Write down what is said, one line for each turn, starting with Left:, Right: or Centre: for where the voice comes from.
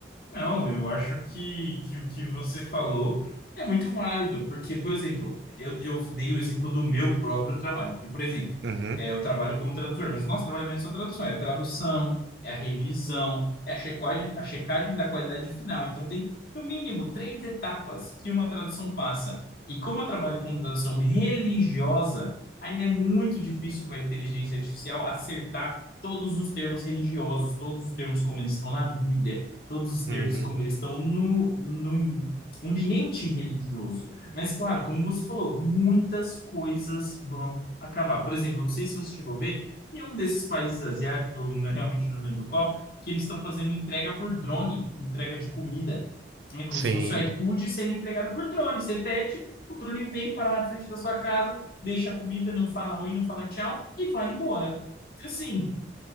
Left: Não, eu acho que, que o que você falou é muito válido, porque, por exemplo, eu, eu dei o exemplo do meu próprio trabalho, porque, por exemplo,
Right: Uhum,
Left: é, eu trabalho como tradutor, mas o nosso trabalho não é só tradução, é tradução, é a revisão, é a checagem, a checagem da qualidade final. Então, tem, no mínimo, três etapas que uma tradução passa. E como eu trabalho com tradução religiosa, ainda é muito difícil para a inteligência artificial acertar todos os termos religiosos, todos os termos como eles estão na Bíblia todos os termos
Right: uhum,
Left: como eles estão no, no ambiente religioso. Mas, claro, como você falou, muitas coisas vão acabar. Por exemplo, não sei se você chegou a ver, em um desses países asiáticos, eu não- realmente não lembro qual, que eles estão fazendo entrega por drone, entrega de comida. É como
Right: sim,
Left: se fosse o iFood sendo entregado por drone. Você pede, o drone vem, para na frente da sua casa, deixa a comida, não fala oi, não fala tchau e vai embora. Então, Assim,